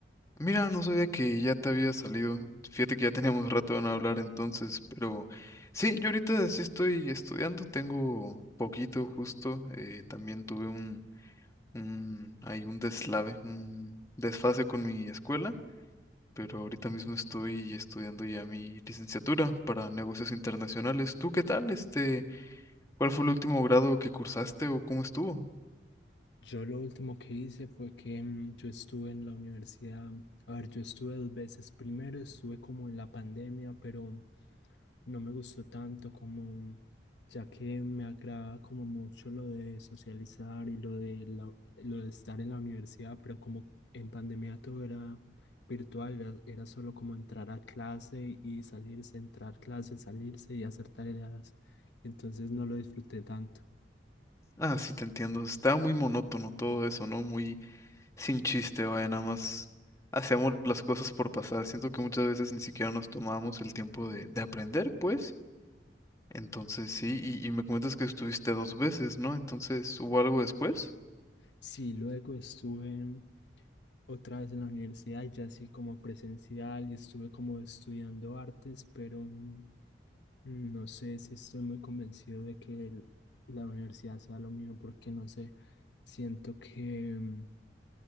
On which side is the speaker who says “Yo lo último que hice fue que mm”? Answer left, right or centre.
Left